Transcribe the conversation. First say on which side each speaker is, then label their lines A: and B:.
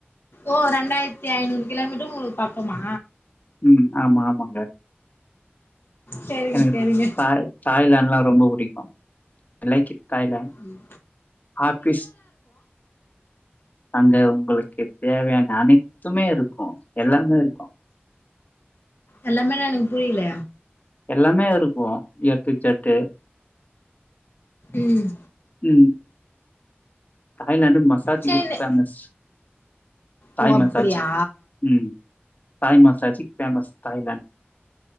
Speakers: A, on the left; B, on the left.
A: ஓ ரெண்டாயிரத்தி ஐநூறு கிலோமீட்டர் உங்களுக்கு பக்கமா
B: ம் ஆமா ஆமாங்க
A: செரிங்க
B: எனக்கு
A: செரிங்க
B: தாய் தாய்லான்ட்லா ரொம்ப புடிக்கும் ஐ லைக்கிட் தாய்லான்ட்
A: ம்
B: ஆஃபீஸ் அங்க உங்களுக்கு தேவையான அனைத் த்துமே இருக்கு எல்லாமே இருக்கு
A: எல்லாமேன்னா எனக்கு புரில
B: எல்லாமே இருக்கு ஏட்டூ ஜட்டு
A: ம்
B: ம் தாய்லாண்ட் மசாஜிக்கு
A: செரி
B: ஃபேமஸ் தாய்
A: ஓ அப்டியா
B: மசாஜ் ம் தாய் மசாஜ்க்கு ஃபேமஸ் தாய்லேண்ட்